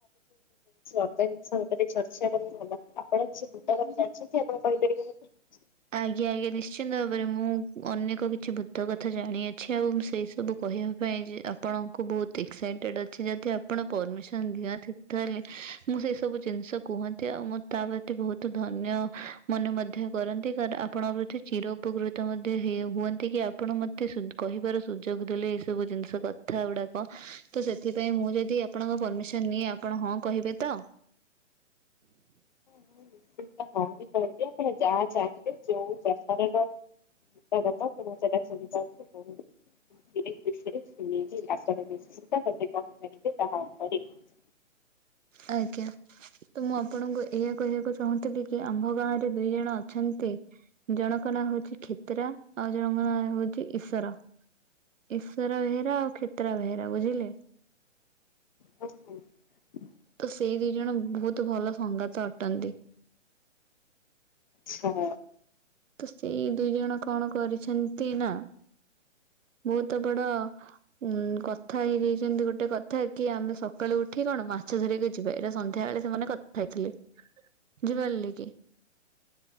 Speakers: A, on the left; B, on the right.
A: ଅନ୍ଧ ଜିନିଷ ଭିତରେ ଚର୍ଚ୍ଚା କଲା ଆପଣ କିଛି ଭୂତ ଗପ ଜାଣି କେ କହିଦ ଆପଣ କହିପାରିବେ ଯଦି
B: ଆଜ୍ଞା ଆଜ୍ଞା ନିଶ୍ଚିନ୍ତ ଭାବରେ ମୁଁ ଅନେକ କିଛି ଭୂତ କଥା ଜାଣିଅଛି ଆଉ ସେଇ ସବୁ କହିବା ଥି ପାଇଁ ଆପଣଙ୍କୁ ବହୁତ ଏକ୍ସାଇଟେଡ ଅଛି ଯଦି ଆପଣ ପରମିସନ ଦିଅନ୍ତି। ତାହେଲେ ମୁଁ ସେଇ ସବୁ ଜିନିଷ କୁହନ୍ତି ଆଉ ମୁଁ ତା ପ୍ରତି ବହୁତ ଧନ୍ୟ ମନେ ମଧ୍ୟ କରନ୍ତି। ସାର୍ ଆପଣଙ୍କ ପ୍ରତି ଚିର ଉପକୃତ ମଧ୍ୟ ହୁଅନ୍ତି କି ଆପଣ ମତେ କହିବାର ସୁଯୋଗ ଦେଲେ ଏଇ ସବୁ ଜିନିଷ କଥା ଗୁଡାକ। ତ ସେଥିପାଇଁ ମୁଁ ଯଦି ଆପଣଙ୍କ ପରମିସନ ନିଏ ଆପଣ ହଁ କହିବେ ତ?
A: ମୁ ନିଶ୍ଚିନ୍ତ ହଉନି କହିବି ଆପଣ ଯାହା ଚାହିଁବେ ଯୋଉ ପ୍ରକାରର <unintelligible> <unintelligible> ଚିତା କ କରି ତାହା ଉପରେ
B: ଆଜ୍ଞା। ତ ମୁଁ ଆପଣଙ୍କୁ ଏଇଆ କହିବାକୁ ଚାହୁଁଥିଲି କି ଆମ୍ଭ ଗାଁ ରେ ଦୁଇ ଜଣ ଅଛନ୍ତି। ଜଣଙ୍କ ନାଁ ହଉଛି କ୍ଷେତ୍ରା ଆଉ ଜଣଙ୍କ ନାଁ ହଉଛି ଈଶ୍ୱର। ଈଶ୍ୱର ବେହେରା ଆଉ କ୍ଷେତ୍ରା ବେହେରା ବୁଝିଲେ।
A: ଓ ହ <unintelligible>
B: ତ ସେଇ ଦିଇ ଜଣ ବହୁତ ଭଲ ସଙ୍ଗାତ ଅଟନ୍ତି।
A: ହଁ
B: ତ ସେଇ ଦୁଇ ଜଣ କଣ କରିଛନ୍ତି ନା ବହୁତ ବଡ଼ ଉଁ କଥା ହେଇଯାଇଛନ୍ତି ଗୋଟେ କଥା କି ଆମେ ସକାଳୁ ଉଠି କଣ ମାଛ ଧରି ଯିବା ଏଇଟା ସନ୍ଧ୍ୟା ବେଳେ ସେମାନେ କଥା ହେଇଥିଲେ ବଝିପାରିଲି କି?